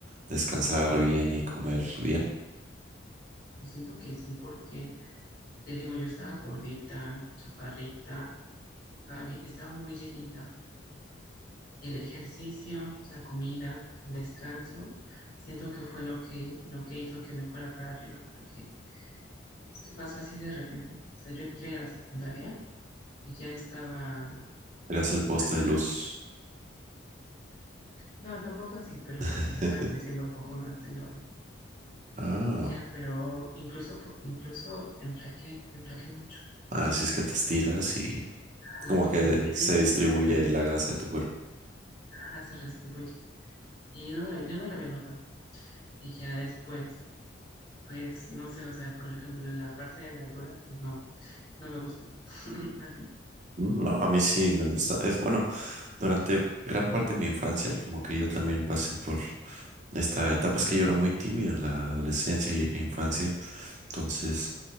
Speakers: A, on the right (about 40°); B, on the left (about 50°).
A: descansar bien y comer bien.
B: Yo siento que sí, porque te digo, yo estaba gordita, chaparrita, estaba, bien- estaba muy llenita. El ejercicio, la comida, el descanso, siento que fue lo que, lo que hizo que me fuera para arriba, porque es que pasó así de repente. O sea, yo entré a la secundaria y ya estaba
A: Eras el poste
B: alta.
A: de luz.
B: No, tampoco así, pero
A: <laughs>
B: pues sí estaba creciendo un poco más de lo habitual.
A: Ah.
B: Y Ya, pero incluso, po- incluso enflaqué, enflaqué mucho.
A: Así es que te estiras y
B: Ah,
A: como que
B: Mr. Luis
A: se distribuye
B: se, re-
A: la grasa de tu cuerpo.
B: ajá, se redistribuye. Y no lo- yo no lo había notado. Y ya después, pues no sé, o sea, por ejemplo, la parte de la Dora, pues no, no me gustó. <laughs> A ti.
A: Mm, No, a mí sí me gusta. Es bueno, durante gran parte de mi infancia, como que yo también pasé por esta etapa. Es que yo era muy tímido en la adolescencia y- e infancia. Entonces